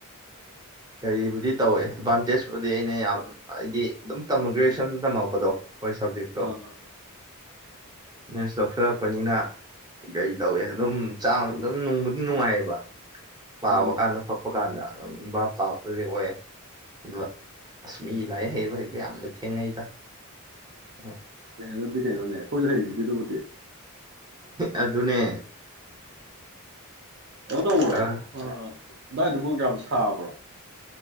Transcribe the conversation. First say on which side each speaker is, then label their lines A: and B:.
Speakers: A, on the right; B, on the right.
A: ꯀꯔꯤꯕꯨꯗꯤ ꯇꯧꯏꯦ ꯥꯟꯇꯦꯖꯄꯗꯤ ꯑꯩꯅ ꯌꯥꯝ ꯍꯥꯏꯗꯤ ꯑꯗꯨꯝ ꯇꯝꯃꯨ ꯒ꯭ꯔꯦꯖꯨꯋꯦꯁꯟ ꯇꯝꯃꯛꯄꯗꯣ ꯍꯣꯏ ꯁꯕꯖꯦꯦꯛꯛꯇꯣ
B: ꯑꯥ ꯑꯥ
A: ꯃ ꯁꯣ ꯁꯔꯒ ꯄꯅꯤꯅꯥ ꯇ ꯑꯦ ꯑꯗꯨꯝ ꯆꯥꯡ ꯑꯗꯨꯝ ꯅꯨꯡꯕꯨꯗꯤ ꯅꯨꯡꯉꯥꯏꯌꯦꯕ ꯄꯥꯕ
B: ꯎꯝ
A: ꯀꯥꯟꯗ ꯐꯛꯄ ꯀꯥꯟꯗ ꯑꯗꯨꯝ ꯚꯕꯥꯞ ꯆꯥꯕꯗꯗꯤ ꯑꯣꯏꯌꯦ ꯑꯗꯨꯗ ꯑꯁꯃꯤ ꯂꯥꯏꯔꯤꯛ ꯍꯩꯕ ꯍꯩꯕ ꯌꯥꯝꯅ ꯊꯦꯡꯅꯩꯗ ꯍ
B: ꯀꯩꯅꯅ ꯑꯗꯨꯗꯤ ꯀꯩꯅꯅꯅꯦ ꯑꯩꯣꯏ ꯍꯥꯏ ꯆꯖꯤꯗꯤꯕꯨ
A: ꯑ ꯑꯗꯨꯅꯦ
B: ꯑ ꯇ ꯎꯦ
A: ꯈꯔ
B: ꯑꯗꯨꯗꯥꯏꯗꯨꯕꯨ ꯀꯌꯥꯝ ꯁꯥꯕ꯭ꯔꯣ